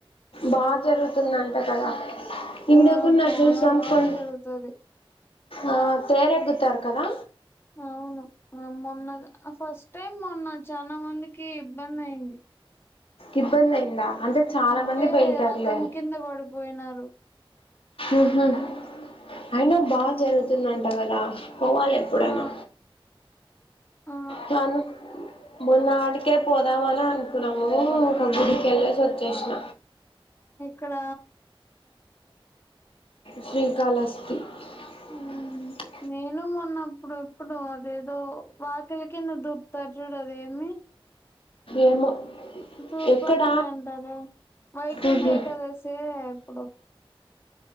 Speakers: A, on the left; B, on the left.
A: బా
B: ఆ
A: జరుగుతుందంట కదా కింద
B: ఆ
A: కూడా నరసింహస్వామి
B: చానా బాగా
A: కొండ
B: జరుగుతది
A: ఆ తేర ఎక్కుతారు కదా
B: అవును మొన్నగా ఫస్ట్ టైమ్ మొన్న చాలా మందికి ఇబ్బంది అయింది.
A: ఇబ్బంది అయిందా అంటే చాలా
B: అంటే
A: మంది పోయింటారులే,
B: రథం కింద పడిపోయినారు
A: ఉహు అయినా
B: ఆ
A: బాగా జరుగుతుందంట కదా పోవాలి ఎప్పుడైనా
B: ఆ ఆ
A: చను మొన్న ఆడికే పోదామని అనుకున్నాము ఇంకా గుడికిెళ్ళేసి వచ్చేసిన,
B: ఇక్కడ
A: శ్రీకాలఅస్తి
B: హ్మ్
A: <unintelligible>
B: నేను మొన్నప్పుడు ఎప్పుడు అదేదో వాకిల కింద దుర్తారు చూడు అదేమి
A: ఏమో
B: తూర్పాకిలి
A: ఎక్కడ
B: అంటారే వైకుంఠ
A: ఉ
B: ఏకాదశే ఎప్పుడో